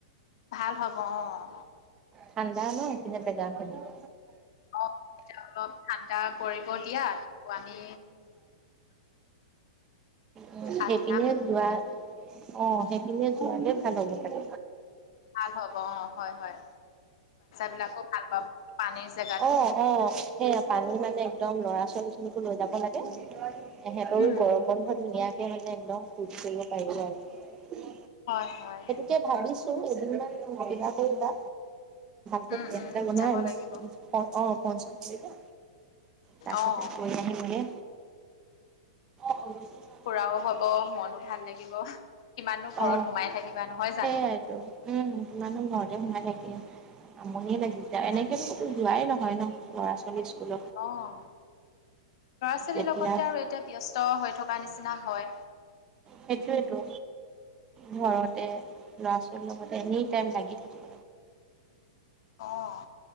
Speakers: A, on the left; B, on the right.
A: ভাল হ'ব অঁ',।
B: ঠাণ্ডা ন' সেইপিনে জেগাখিনি। উমঁ,
A: অ', এতিয়া অলপ ঠাণ্ডা পৰিব দিয়া আকৌ আমি
B: উম'
A: আগদিনাখন
B: এইপিনে- যোৱা, অঁ', সেইপিনিয়ে যোৱা হ'লে ভাল হ'ব চাগে।
A: ভাল হ'ব অঁ', হয়-হয়। বিলাকো ভাল পাব। পানী জেগা।
B: অঁ', -অঁ', -সেইয়া, পানী মানে একদম ল'ৰা-ছোৱালীখিনিকো লৈ যাব লাগে। সিহঁতৰো
A: উম,
B: গৰম বন্ধত ধুনীয়াকে মানে একদম ফূৰ্তি কৰিব পাৰিব আৰু।
A: হয়-হয়।
B: তাকে ভাবিছোঁ এদিন মান যোগাৰ কৰিবা। ভালকে
A: উম,
B: প্লেন
A: উম,
B: এটা বনাই
A: যাব
B: মোক
A: লাগিব
B: অঁ', ফোন-চোন কৰিবা। তাৰপিছত
A: অ'।
B: গৈ আহিম গৈ। অ'।
A: ফুৰাও হ'ব, মনো ভাল লাগিব। কিমাননো ঘৰত
B: অ
A: সোমাই থাকিবা। নহয় জানো
B: সেইয়াইতো, উম' কিমানো ঘৰতে সোমাই থাকিম। আমনিয়ে লাগি যায়, এনেকে
A: তাকে
B: ক'তো
A: অ
B: যোৱাই নহয় ন' ল'ৰা-ছোৱালী- স্কুল
A: অঁ', ল'ৰা-ছোৱালীৰ
B: তেতিয়া
A: লগতে আৰু এতিয়া ব্যস্ত হৈ থকা নিচিনা হয়।
B: সেইটোয়েতো, ঘৰতে ল'ৰা-ছোৱালীৰ লগতে এনি টাইম লাগি থকা।
A: অঁ',